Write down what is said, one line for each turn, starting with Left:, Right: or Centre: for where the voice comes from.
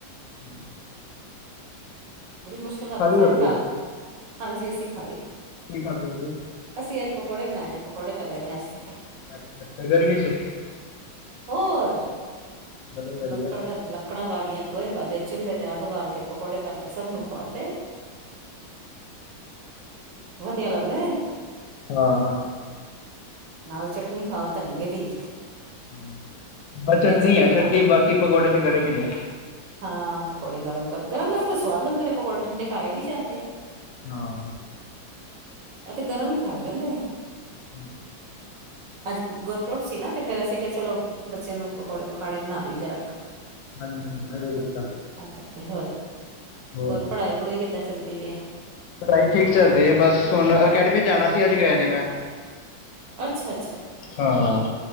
Left: ਹਾਂ।
Right: ਬੜੀ ਮੁਸ਼ਕਿਲ ਰਾਤੀ ਸਾਰੀ
Left: ਰੋਟੀ
Right: ਰਾਤ ਹਾਂਜੀ ਅਸੀਂ ਖਾ ਲਈ
Left: ਕੀ ਖਾਧਾ ਤੁਸੀਂ
Right: ਅਸੀਂ ਅੱਜ ਪਕੌੜੇ ਬਣਾਏ ਨੇ? ਪਕੌੜੇ ਤਲੇ ਨੇ ਅੱਜ ਤੇ।
Left: ਅੱਛਾ ਅੱਛਾ ਗਰਮੀ 'ਚ।
Right: ਹੋਰ
Left: ਚਲੋ ਵਧੀਆ
Right: ਲੱਕੜ ਦਾ ਲੱਕੜਾਂ ਵਾਲੀਆਂ? ਗੋਹੇ ਵਾਲ਼ੇ ਚੁੱਲੇ ਤੇ ਅੱਗ ਬਾਲ ਕੇ ਪਕੌੜੇ ਤਲ ਕੇ ਸਭ ਨੂੰ ਖਵਾਤੇ। ਵਧੀਆ ਲੱਗਦੇ ਨੇ
Left: ਹਾਂ।
Right: ਨਾਲ ਚਟਨੀ ਖਾਓ ਧਨੀਆ ਦੀ।
Left: ਹਾ ਬਸ ਚਟਨੀ
Right: ਕੈਚਅਪ
Left: ਆ
Right: ਨੀ ਖਾਣਾ
Left: ਠੰਡੀ ਬਾਕੀ। ਪਕੌੜੇ ਤੇ ਗਰਮ ਹੀ ਨੇ।
Right: ਹਾਂ ਪਕੌੜੇ ਗਰਮ ਗਰਮ ਗਰਮ ਗਰਮ। ਸਵਾਦ ਲੱਗਦੇ ਨੇ ਪਕੌੜੇ ਠੰਡੇ ਖਾਏ ਨੀ ਜਾਣਗੇ?
Left: ਹਾਂ।
Right: ਇਹ ਤੇ ਗਰਮ ਹੀ ਖਾਈ ਜਾਂਦੇ ਨੇ।
Left: ਹੂੰ।
Right: ਅੱਜ ਗੁਰਪੁਰਬ ਸੀ ਨਾ ਤੇ ਫੇਰ ਅਸੀਂ ਕਿਆ ਚਲੋ ਬੱਚਿਆਂ ਨੂੰ ਪਕੌੜੇ ਪਕਾੜੇ ਬਣਾ ਦੀ ਜਾ ਰੱਖ।
Left: ਹਾਂਜੀ, ਹਾਂਜੀ ਘਰੇ ਕਿਦਾਂ
Right: ਕਰਕੇ ਹੋਰ
Left: ਹੋਰ
Right: ਪੜ੍ਹਾਈ ਪੜ੍ਹੂਈ ਕਿੱਦਾਂ ਚੱਲਦੀ ਪਈ ਆ
Left: ਪੜ੍ਹਾਈ ਠੀਕ ਚੱਲ ਰੀ ਏ, ਬਸ ਹੁਣ ਅਕੈਡਮੀ ਜਾਣਾ ਸੀ। ਅੱਜ ਗਿਆ ਨੀ ਮੈਂ
Right: ਅੱਛਾ ਅੱਛਾ
Left: ਹਾਂ